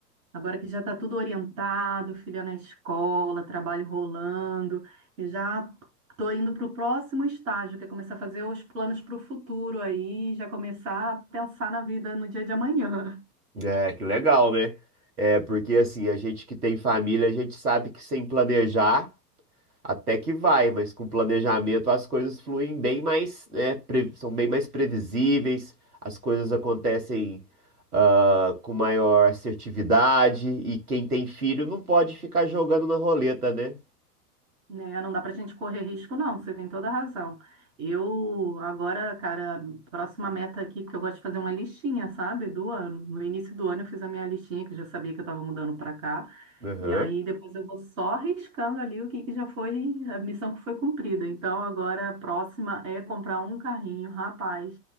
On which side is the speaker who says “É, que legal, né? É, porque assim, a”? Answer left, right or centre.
Right